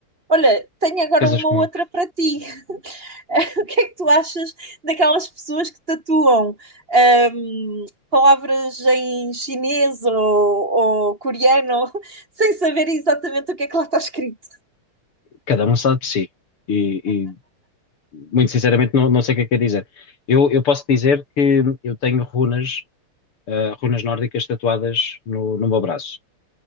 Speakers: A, on the right; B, on the left.
A: Olha, tenho agora
B: coisas
A: uma
B: que
A: outra
B: não-
A: para ti. <laughs> O que é que tu achas daquelas pessoas que tatuam hum, palavras em chinês ou, ou coreano <laughs> sem saber exatamente o que é que lá está escrito?
B: cada um sabe de si. E, e, muito sinceramente não, não sei o que é que é dizer. Eu, eu posso dizer que eu tenho runas, ah, runas nórdicas tatuadas no, no meu braço.